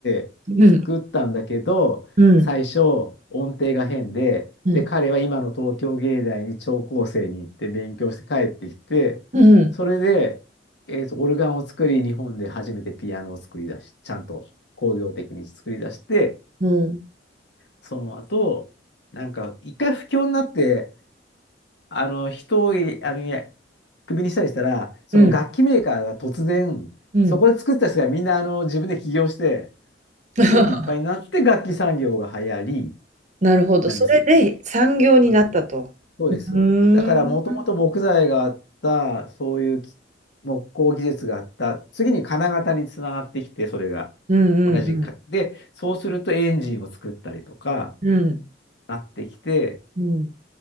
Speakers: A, on the left; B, on the right.
A: て、
B: うん。
A: 作ったんだけど、
B: うん。
A: 最初音程が変で、
B: うん。
A: で、彼は今の東京芸大に聴講生に行って勉強して帰ってきて、
B: うん、
A: それで、えーと、オルガンを作り、日本で初めてピアノを作り出し、ちゃんと工業的に作り出して、
B: うん。
A: その後、なんか一回不況になって、あの人をあのいやクビにしたりしたら、その楽器メーカーが突然、
B: うん。うん。
A: そこで作った人がみんなあの自分で起業して、
B: <laughs>
A: すごくいっぱいになって楽器産業が流行り
B: なるほど。
A: なんですよ。
B: それで産業になったと。
A: そうです。そうです。
B: うー
A: だからもともと木材があった、
B: ん。うん、
A: そういうき木工技術があった、次に金型につながってきて、それが
B: うん、
A: 同じか。
B: うん。
A: で、そうするとエンジンを作ったりとか
B: うん。
A: なってきて、
B: うん。